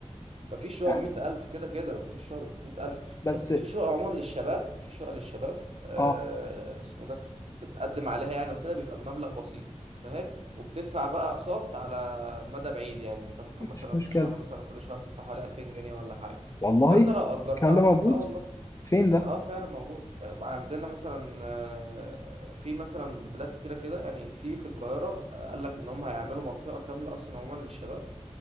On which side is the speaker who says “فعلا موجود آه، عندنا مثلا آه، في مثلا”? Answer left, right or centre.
Right